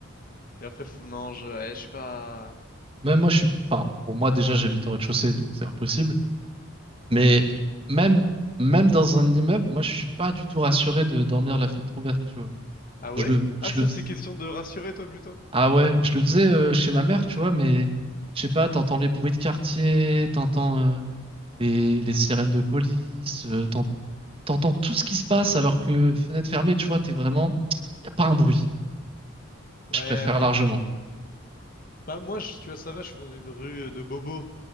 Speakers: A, on the left (about 40°); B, on the right (about 25°).
A: Et après, faut- non, je, ouais, je suis pas.
B: Même moi, je suis, enfin, bon, moi, déjà, j'habite au rez-de-chaussée, donc c'est impossible. Mais
A: Oui.
B: même, même dans un immeuble, moi, je suis pas du tout rassuré de dormir la fenêtre ouverte, tu vois.
A: Ah
B: Je
A: ouais?
B: le, je
A: Ah, ça,
B: le fais-
A: c'est question de rassurer, toi, plutôt.
B: Ah ouais, je le faisais euh, chez ma mère, tu vois, mais je sais pas, t'entends les bruits de quartier, t'entends euh, les, les sirènes de police, euh, t'en- t'entends tout ce qui se passe alors que fenêtre fermée, tu vois, t'es vraiment... Y a pas un bruit.
A: Ouais,
B: Je préfère
A: ouais.
B: largement.
A: Bah moi, je, tu vois, ça va, je suis dans une rue euh, de Bobo